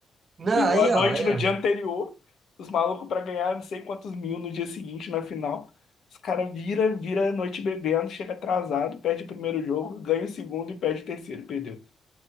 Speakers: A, on the right (about 40°); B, on the left (about 65°).
A: Não,
B: Virou
A: aí,
B: a noite
A: ó, aí,
B: no
A: ó.
B: dia anterior, os malucos pra ganhar não sei quantos mil no dia seguinte na final. Os caras vira, vira a noite bebendo, chega atrasado, perde o primeiro jogo, ganha o segundo e perde o terceiro, perdeu.